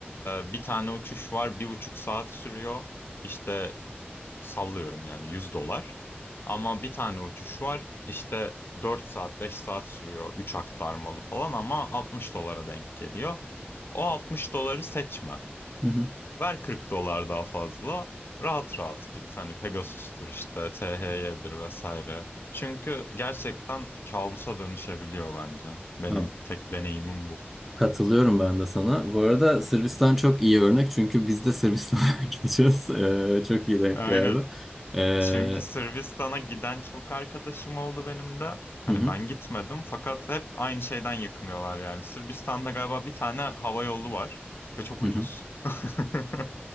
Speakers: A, on the left (about 65°); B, in the centre.
A: e, bir tane uçuş var bir buçuk saat sürüyor işte sallıyorum yani 100 dolar ama bir tane uçuş var işte 4 saat 5 saat sürüyor 3 aktarmalı falan ama 60 dolara denk geliyor. O 60 doları seçme.
B: hı hı.
A: Ver 40 dolar daha fazla. Rahat rahat git. Hani Pegasus'tur işte, THY'dir vesaire. Çünkü gerçekten kabusa dönüşebiliyor bence. Benim
B: Ha,
A: tek deneyimim bu.
B: katılıyorum ben de sana. Bu arada Sırbistan çok iyi örnek çünkü biz de Sırbistan'a <laughs> gideceğiz. E, çok iyi denk
A: Aynen.
B: geldi. E,
A: Çünkü Sırbistan'a giden çok arkadaşım oldu benim de. Hani
B: hı hı,
A: ben gitmedim fakat hep aynı şeyden yakınıyorlar yani. Sırbistan'da galiba bir tane hava yolu var ve çok
B: hı
A: ucuz.
B: hı.
A: <laughs>